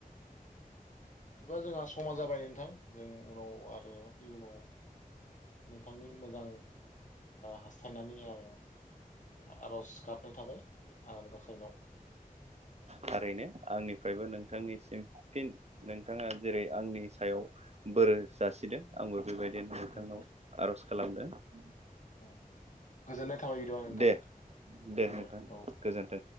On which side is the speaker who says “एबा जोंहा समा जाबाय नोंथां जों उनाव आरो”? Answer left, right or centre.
Left